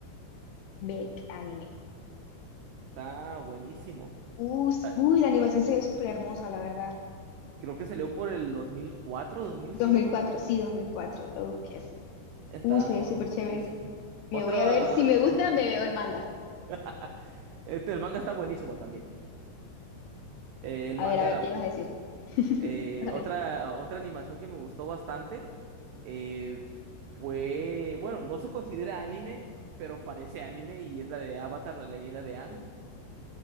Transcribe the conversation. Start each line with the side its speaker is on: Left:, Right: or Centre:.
Left: Beck, anime.
Right: Está buenísimo.
Left: Uh, s-
Right: Ah,
Left: uy, la animación se ve súper hermosa, la verdad.
Right: Creo que salió por el dos dos mil cuatro dos mil
Left: dos
Right: cinco
Left: mil cuatro, sí, 2004, lo busqué así.
Right: Está
Left: Uh, se ve súper chévere.
Right: buenísimo.
Left: Me
Right: Otra,
Left: voy a ver, si me gusta, me veo el manga.
Right: <laughs> este, el manga está buenísimo también. Eh, el
Left: A
Right: manga
Left: ver, a ver, ¿qué ibas a decir? <laughs> ¿Qué
Right: Eh,
Left: ibas
Right: otra,
Left: a decir?
Right: otra animación que me gustó bastante eh, fue, bueno, no se considera anime, pero parece anime y es la de Avatar, la leyenda de Aang.